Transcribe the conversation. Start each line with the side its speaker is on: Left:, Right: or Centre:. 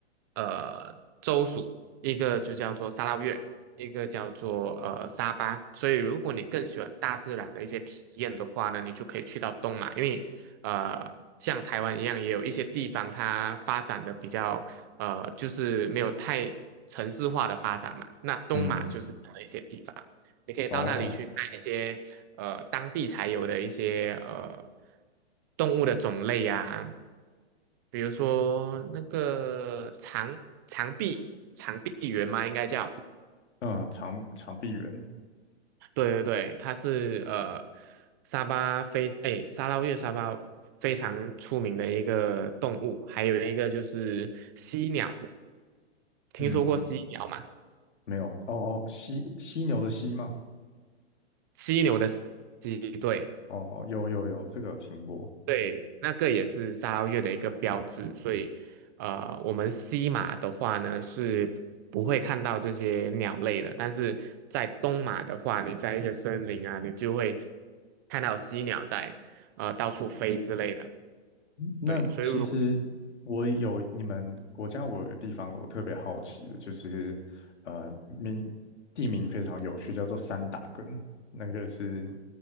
Right: 呃州属，一个就叫做沙捞越，一个叫做呃沙巴。所以如果你更喜欢大自然的一些体验的话呢，你就可以去到东马，因为呃像台湾一样，也有一些地方它发展的比较呃就是没有太城市化的发展嘛，那东马就是这样的一些地方。
Left: 嗯，
Right: 你可以到那里去看一些呃当地才有的一些呃
Left: 哦，
Right: 动物的种类啊，比如说那个长长臂长臂猿嘛，应该叫，
Left: 嗯，长长臂猿，
Right: 对对对，它是呃沙巴非哎沙捞越沙巴非常出名的一个动物，还有一个就是犀鸟，听说过犀鸟吗？
Left: 嗯，没有，哦哦，犀犀牛的犀吗？
Right: 犀牛的犀，对。
Left: 哦哦，有有有，这个有听过。
Right: 对，那个也是沙捞越的一个标志，所以，呃，我们西马的话呢是不会看到这些鸟类的，但是在东马的话，你在一些森林啊，你就会看到犀鸟在呃到处飞之类的。
Left: 那其实我有你们国家，
Right: 对，所以如果
Left: 我有个地方我特别好奇的，就是呃名地名非常有趣，叫做三打根，那个是